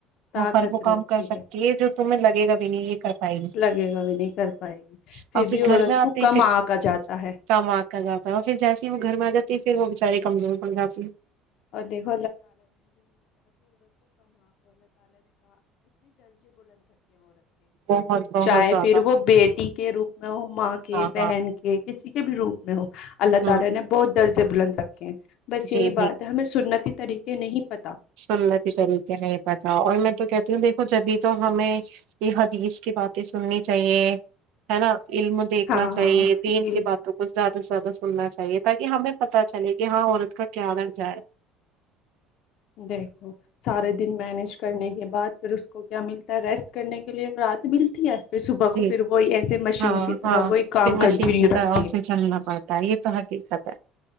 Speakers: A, on the left; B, on the right.
A: طاقت
B: وہ ہر وہ
A: رکھتی
B: کام کر سکتی ہے جو تمہیں لگے گا بھی نہیں یہ کر پائے گی
A: لگے گا بھی نہیں کر پائے گی
B: اور پھر
A: بھی عورت
B: گھر میں آتے
A: کو
B: ہی
A: کم
B: پھر
A: آنکا جاتا ہے
B: کام آ کر جاتا ہے پھر جیسے ہی میں گھر میں آ جاتی پھر وہ بچارے کمزور پڑ گا اپنے
A: <inaudible> کے
B: بہت بہت
A: چاہے
B: زیادہ
A: پھر وہ بیٹی کے روپ میں وہ ماں کے
B: ہاں
A: بہن
B: ہاں
A: کے کسی کے بھی روپ ب <unintelligible> اللہ
B: ہوں
A: تعالی نے بہت درج سےب بلند ت <unintelligible> بس یہی
B: جی
A: بات <unintelligible> ہمیں سنتی طریقے نہیں پتا
B: سننے کے طریقے نہیں پتا اور میں تو کہتی ہوں دیکھو جبھی تو ہمیں یہ حدیث کی باتیں سننی چاہیے ہے نا علم دیکھنا
A: ہاں
B: چاہیے
A: ہاں
B: دین
A: علم،
B: کی باتوں کو زیادہ زیادہ سننا چاہیے تاکہ ہمیں پتہ چلے کہ ہاں عورت کا کیا درجہ ہے
A: دیکھو سارے دن مینج کرنے کے بعد پھر اس کو کیا ملتا ہے ریسٹ کرنے کے لیے رات ملتی ہے پھر صبح
B: جی
A: کو پھر وہی ایسے مشین
B: ہاں
A: کی طرح
B: ہاں
A: وہی کام
B: پھر مشین
A: کنٹینیو
B: کی طرح
A: رکھتی ہے
B: سے چلنا پڑتا ہے یہ تو حقیقت ہے